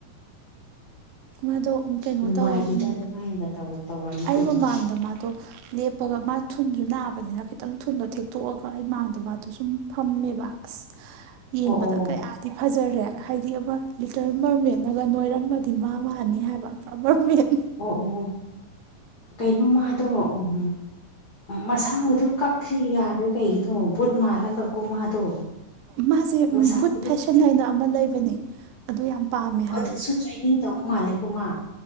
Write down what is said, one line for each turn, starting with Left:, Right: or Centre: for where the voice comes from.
Right: ꯃꯥꯗꯣ ꯀꯩꯅꯣ
Left: ꯅꯨꯡꯉꯥꯏꯇꯦꯗ
Right: ꯇꯧꯋꯦ ꯎꯝ
Left: ꯑꯗꯨꯃꯥꯏꯅ ꯇꯧ ꯇꯧꯔꯝꯃꯗꯤ
Right: ꯑꯩ ꯃꯃꯥꯡꯗ
Left: ꯎꯝ
Right: ꯃꯥꯗꯣ ꯍꯥꯞꯄꯒ ꯃꯥ ꯊꯨꯟꯁꯨ ꯅꯥꯕꯅꯤꯅ ꯈꯤꯇꯪ ꯊꯨꯟꯗꯣ ꯊꯦꯛꯇꯣꯛꯑꯒ ꯑꯩ ꯃꯥꯡꯗꯣ ꯃꯥꯗꯣ ꯁꯨꯝ ꯐꯝꯃꯦꯕ ꯑꯁ ꯌꯦꯡꯕꯗ
Left: ꯑꯣ ꯑꯣ
Right: ꯀꯌꯥꯗꯤ ꯐꯖꯔꯦ ꯍꯥꯏꯗꯤ ꯑꯃ ꯂꯤꯇꯔ ꯃꯔꯔꯃꯦꯠꯅꯒ ꯅꯣꯏꯔꯝꯃꯗꯤ ꯃꯥ ꯃꯥꯅꯤ ꯍꯥꯏꯕ ꯃꯔꯔꯃꯦꯠ
Left: ꯑꯣ ꯑꯣ ꯀꯩꯅꯣ ꯃꯥꯗꯣ ꯎꯝ ꯃꯁꯝꯒꯗꯨ ꯀꯛꯈ꯭ꯔꯤ ꯌꯥꯗ꯭ꯔꯦ ꯀꯩꯒꯤꯅꯣ ꯕꯨꯠ ꯃꯥꯜꯂꯒꯀꯣ ꯃꯥꯗꯣ
Right: ꯃꯥꯁꯦ
Left: ꯃꯁꯝꯒꯗꯣ
Right: ꯕꯨꯠ ꯐꯦꯁꯟ ꯍꯥꯏꯅ ꯑꯃ ꯂꯩꯕꯅꯦ ꯑꯗꯨ ꯌꯥꯝ ꯄꯥꯝꯃꯦ ꯍꯥꯏꯌꯦ
Left: ꯑꯗꯨꯁꯨ ꯇ꯭ꯔꯦꯅꯤꯡ ꯇꯧꯕ ꯃꯥꯜꯂꯦꯀꯣ ꯃꯥ